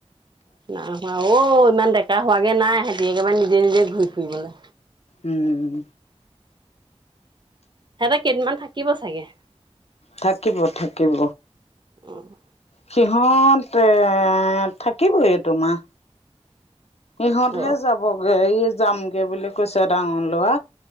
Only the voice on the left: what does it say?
উম,।
থাকিব থাকিব।
সিহঁতে থাকিবই এটো মাহ। ইহঁতহে
যাবগে ই যামগে বুলি কৈছে ডাঙৰ লোৱা।